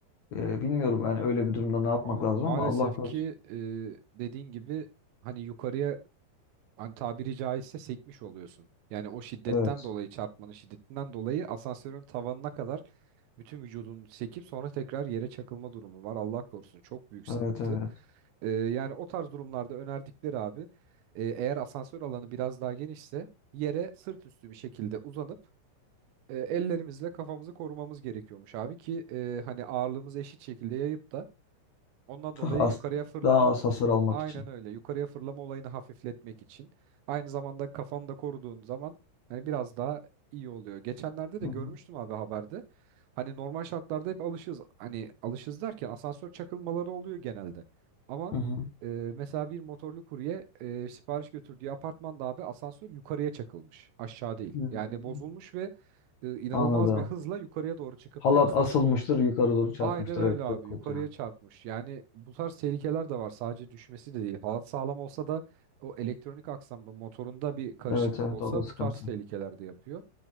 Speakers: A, on the left; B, on the right.
A: Ee, bilmiyorum yani öyle bir durumda ne yapmak
B: Abi
A: lazım
B: maalesef
A: ama Allah korusun.
B: ki e, dediğin gibi hani yukarıya hani tabiri caizse sekmiş oluyorsun. Yani o şiddetten
A: Evet.
B: dolayı çarpmanın şiddetinden dolayı asansörün tavanına kadar bütün vücudun sekip sonra tekrar yere çakılma durumu var. Allah korusun çok büyük sıkıntı.
A: Evet evet.
B: Ee, yani o tarz durumlarda önerdikleri abi e, eğer asansör alanı biraz daha genişse yere sırt üstü bir şekilde uzanıp e, ellerimizle kafamızı korumamız gerekiyormuş abi ki e, hani ağırlığımızı eşit şekilde yayıp da Ondan dolayı
A: Daha az,
B: yukarıya fırlama
A: daha az hasar almak
B: aynen
A: için.
B: öyle. Yukarıya fırlama olayını hafifletmek için. Aynı zamanda kafanı da koruduğun zaman hani biraz daha iyi oluyor. Geçenlerde de
A: Hı
B: görmüştüm
A: hı.
B: abi haberde. Hani normal şartlarda hep alışız. Hani alışız derken asansör çakılmaları oluyor genelde. Ama
A: Hı hı.
B: e, mesela bir motorlu kurye e, sipariş götürdüğü apartmanda abi asansör yukarıya çakılmış. Aşağı değil.
A: Hmm.
B: Yani bozulmuş ve e, inanılmaz
A: Anladım.
B: bir hızla yukarıya doğru çıkıp
A: Halat
B: da en son
A: asılmıştır, yukarı doğru çarpmıştır.
B: Aynen öyle
A: Evet çok
B: abi.
A: kötü.
B: Yukarıya çarpmış. Yani bu tarz tehlikeler de var. Sadece düşmesi de değil. Halat sağlam olsa da o elektronik aksamda motorunda bir karışıklık
A: Evet evet evet,
B: olsa
A: o da sıkıntı.
B: bu tarz tehlikeler de yapıyor.